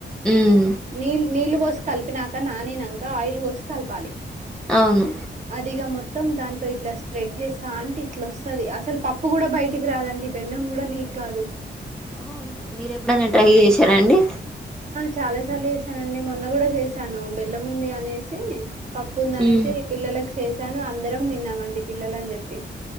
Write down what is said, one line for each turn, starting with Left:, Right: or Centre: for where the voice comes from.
Centre: ఉమ్
Right: నీ నీళ్లు పోసి కలిపినక నానీనంక ఆయిల్ పోసి కలపాలి
Centre: అవును
Right: అది ఇగ మొ త్తం దాంట్లొ ఇట్ల స్ప్రెడ్ చేస్తాంటే ఇట్ల ఓస్తది అసలు పప్పు కూడ బయటికి రాదండి బెల్లం కూడ లీక్ గాదు
Centre: అవును మీర్ ఎప్పుడైన ట్రై చేశారాండి
Right: చాలసార్లు చేసానండి మొన్న కూడ చేసాను బెల్లంముంది అనేసి పప్పు ఉందిఅనేసి
Centre: ఉమ్
Right: పిల్లలలకు చేశాను అందరం తిన్నామండి పిల్లలు అని చెప్పి